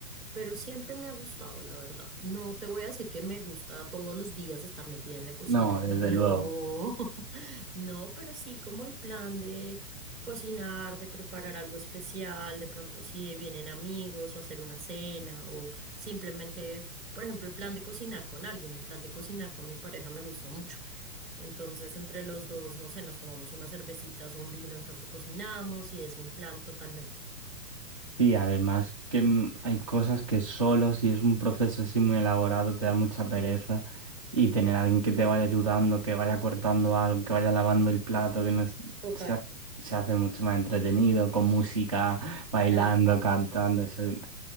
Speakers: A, in the centre; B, on the right.
A: Pero siempre me ha gustado, la verdad. No te voy a decir que me gusta todos los días estar metida en la cocina.
B: No, desde
A: No.
B: luego.
A: <laughs> No, pero sí como el plan de cocinar, de preparar algo especial, de pronto si vienen amigos o hacer una cena o simplemente, por ejemplo, el plan de cocinar con alguien, el plan de cocinar con mi pareja me gusta mucho. Entonces, entre los dos, no sé, nos tomamos unas cervecitas o un vino en tanto cocinamos y es un plan totalmente.
B: Sí, además que mm, hay cosas que solo si es un proceso así muy elaborado te da mucha pereza y tener a alguien que te vaya ayudando, que vaya cortando algo, que vaya lavando el plato, que no es-
A: Total,
B: se hace, se hace mucho más entretenido con música, bailando,
A: tal cual.
B: cantando, eso. es-